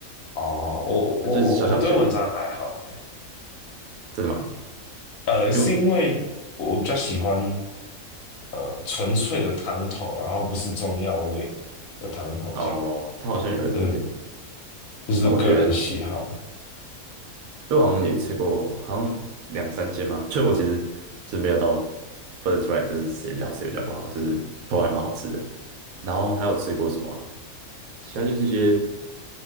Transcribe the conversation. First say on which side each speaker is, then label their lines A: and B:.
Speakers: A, on the left; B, on the right.
A: 哦，我我我我对文章还好诶，
B: 就是小小间的真的吗？
A: 呃，
B: 因为
A: 是因为我比较喜欢呃纯粹的汤头，然后不是中药味的汤头这样，
B: 哦，它好像有一点点，
A: 对，就是个人喜好。
B: 但我觉得我好像也吃过，好像两三间嘛，就我其实是没有到分得出来，就是谁比较好谁比较不好，就是都还蛮好吃的。然后还有吃过什么啊其他就是一些